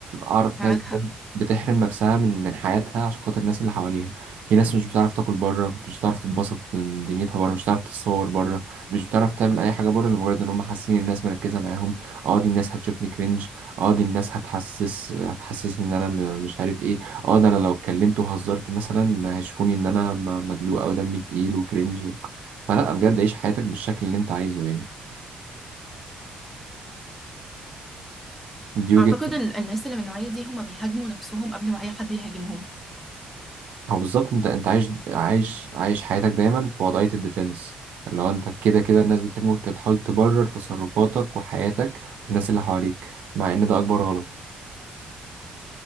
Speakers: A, on the right; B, in the centre.
A: اعرف
B: معاك
A: ناس
B: حق
A: بتحرم نفسها من من حياتها عشان خاطر الناس اللي حواليها في ناس مش بتعرف تاكل بره مش بتعرف تتبسط من دنيتها بره مش بتعرف تتصور بره مش بتعرف تعمل اي حاجه بره لمجرد ان هم حاسين الناس مركزه معاهم اه دي الناس هتشوفني كرنج اه دي الناس هتحسس هتحسسني ان انا م- مش عارف ايه اه ده انا لو اتكلمت وهزرت مثلا هيشوفوني ان انا م- مدلوق او دمي تقيل وكرنج فلا بجد عيش حياتك بالشكل اللي انت عايزه يعني دي وجهة
B: أعتقد ال- الناس اللي من النوعية دي هما بيهاجموا نفسهم قبل ما أي حد يهاجمهم
A: او بالظبط انت انت عايش عايش عايش حياتك دايما في وضعية الديفنس اللي هو انت كده كده الناس بتهاجمك وانت بتحاول تبرر تصرفاتك وحياتك للناس اللي حواليك مع ان ده اكبر غلط